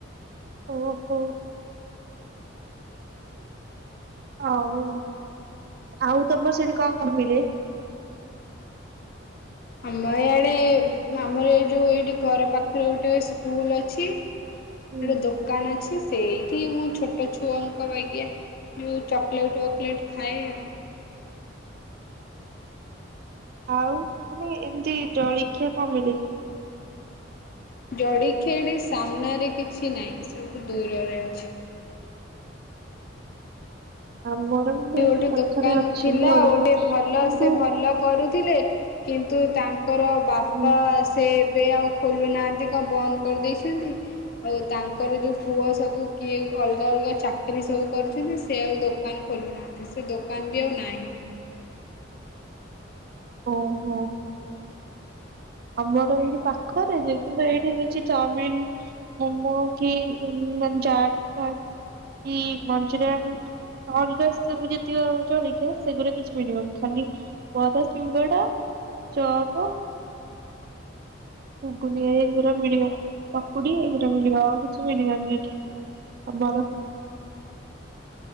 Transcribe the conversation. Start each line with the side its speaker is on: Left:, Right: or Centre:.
Right: ଓହୋ। ହଉ ଆଉ ତମର ସେଠି କଣ କଣ ମିଳେ?
Left: ଆମ ଇଆଡେ ଆମର ଏ ଯେଉଁ ଏଇଠି ଘର ପାଖରେ ଗୋଟେ ସ୍କୁଲ ଅଛି।
Right: ହୁଁ
Left: ଗୋଟେ ଦୋକାନ ଅଛି ସେଇଠି ମୁଁ ଛୋଟ ଛୁଆଙ୍କ ବାଗିଆ ଯଉଁ ଚକୋଲେଟ୍ ୱକଲେଟ୍ ଖାଏ ଆଉ।
Right: ଆଉ ମାନେ ଏମିତି ଜଳଖିଆ କ ମିଳେ।
Left: ଜଡିଖିଆ ଏଠି ସାମ୍ନାରେ କିଛି ନାହିଁ ସବୁ ଦୂରରେ ଅଛି।
Right: ଆମର କିନ୍ତୁ
Left: ସେ
Right: ଏଇଠି
Left: ଗୋଟେ
Right: ପାଖରେ
Left: ଦୋକାନ
Right: ଅଛି
Left: ଥିଲା
Right: ଜଳିଖିଆ
Left: ଗୋଟେ ଭଲ
Right: କିନ୍ତୁ
Left: ସେ ଭଲ କରୁଥିଲେ କିନ୍ତୁ ତାଙ୍କର ବାପା
Right: ହୁଁ
Left: ସେ ଏବେ ଆଉ ଖୋଲୁନାହାନ୍ତି କଣ ବନ୍ଦ କରିଦେଇଛନ୍ତି। ଆଉ ତାଙ୍କର ଯେଉଁ ପୁଅ ସବୁ କିଏ ଅଲଗା ଅଲଗା ଚାକିରି ସବୁ କରୁଛନ୍ତି ସେ ଆଉ ଦୋକାନ ଖୋଲୁନାହାନ୍ତି ସେ ଦୋକାନ ବି ଆଉ ନାହିଁ।
Right: ଓହୋ। ଆମର ଏଇଠି ପାଖରେ ଯେ କିନ୍ତୁ ଏଇଠି କିଛି ଚାଉମିନ୍ ମୋମୋ କି ମାନ ଚାଟ ଫାଟ କି ମଞ୍ଚୁରିୟାନ୍ ଅଲଗା ସବୁ ଯେତିକ ଚଳିକିଆ ସେଗୁରା କିଛି ମିଳିବନି ଖାଲି ବରା ସିଙ୍ଗଡା ଚପ ଗୁଗୁନି ଏଇ ଗୁରା ମିଳିବ ପକୁଡି ଏଇ ଗୁରା ମିଳିବ ଆଉ କିଛି ମିଳିବନି ଏଠି। ଆମର